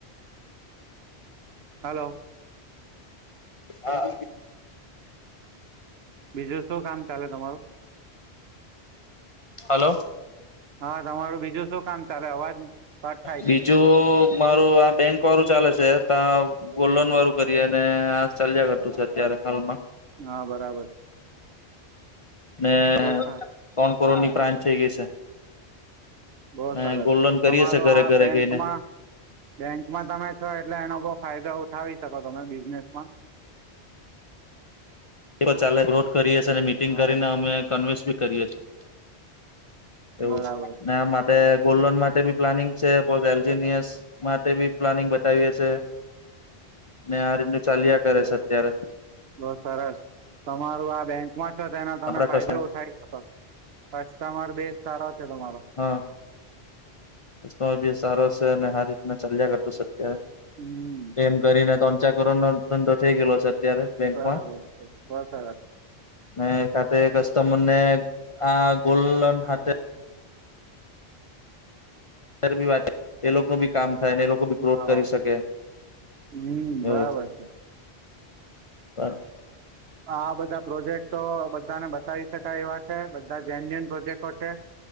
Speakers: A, on the right; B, on the left.
A: હાલો
B: હા
A: બીજું શું કામ ચાલે તમારું
B: હલો
A: હા તમારું બીજું શું કામ ચાલે અવાજ કટ થાય
B: બીજું મારું આ બેંક વાળું ચાલે છે ત ગોલ્ડન
A: હમ
B: વાળું કરી અને આ ચાલ્યા કરતું છે અત્યારે હાલમાં
A: હા બરાબર
B: ને
A: બહુ સરસ
B: ત્રણ કરોડની પ્રાંત થઈ ગઈ છે
A: બહ
B: ને
A: સરસ
B: ગોલ્ડ લોન
A: તમારું
B: કરીએ છે ઘરે
A: આ
B: ઘરે
A: બેંકમાં
B: ગઈને
A: બેંકમાં તમે છો એટલે એનો બ ફાયદો ઉઠાવી શકો તમે બિઝનેસમાં
B: ચાલે વિોધ કરીએી અને મીટિંગ
A: હા
B: કરીને અમે કન્વેન્સ બી કરીએ છીએ એવું
A: બરાબર
B: ના માટે આપ ગોલ્ડ લોન માટે બી પ્લાનિંગ છે એલજીનિયસ માટે બી પ્લાનિંગ બતાવીએ છે ને આ રીતનું ચાલ્યા કરે છે અત્યારે
A: બહું સરસ તમારું આ બેંકમાં તો તેનો તમે
B: આપડા
A: ફાયદો
B: કશે
A: ઉઠાવી શકો કસ્ટમર બે સારો છે તમારો
B: હા રસ્તો બી સારો છે અને હરી રીતના ચાલ્યા કરતું છે અત્યારે.
A: હમ
B: એમ કરીને તણ ચાર કરોડ નો ધંધો થઈ ગયેલો અત્યારે છે. બેંકમાં
A: બરાબર <unintelligible>
B: ને એક હતે કસ્ટમરને આ ગોલ્ન હાતે <unintelligible> બીવાત એ લોકો નું ભી કામ થાય ને એ લોકો બી ક્રોધ
A: હા
B: કરી શકે
A: હમ
B: એવું
A: બરાબર છે
B: હ
A: આ બધા પ્રોજેક્ટો બધાને બતાવી શકાય એવા છે બધા જેન્યુન પ્રોજેક્ટો છે